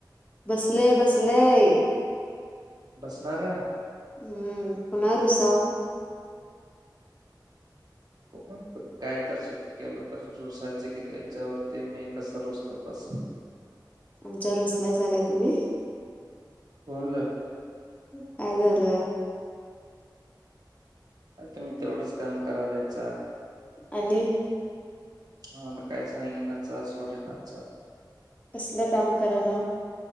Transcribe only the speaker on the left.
बसलयं बसलयं.
हम्म पुन्हा रुसाव.
च्यावर रुसलायसा काय तुम्ही?
काय झाल?
आणि?
कसलं काम करालावं?